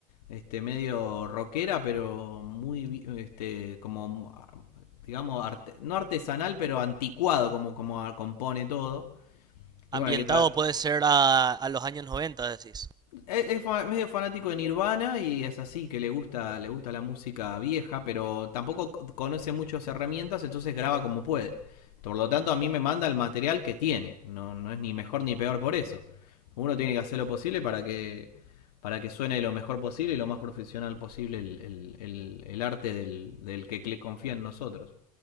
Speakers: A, on the left; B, on the right.
A: este medio rockera, pero muy este como digamos arte- no artesanal, pero anticuado como como compone todo.
B: Ambientado
A: Y bueno, hay que tra-
B: puede ser a, a los años 90, decís.
A: Es, es medio fanático de Nirvana y es así, que le gusta, le gusta la música vieja, pero tampoco conoce muchas herramientas, entonces graba como puede. Por lo tanto, a mí me manda el material que tiene. No, no es ni mejor ni peor por eso. Uno tiene que hacer lo posible para que, para que suene lo mejor posible y lo más profesional posible el, el- el- el arte del, del que le confía en nosotros.